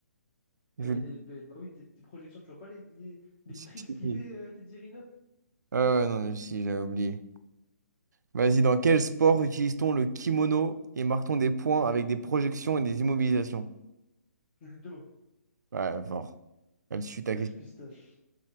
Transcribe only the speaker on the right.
judo.
Si,
si.
Ah ouais, non, mais si, j'avais oublié. Vas-y, dans quel sport utilise-t-on le kimono et marque-t-on des points avec des projections et des immobilisations?
Ouais, fort. Elle suit ta
question.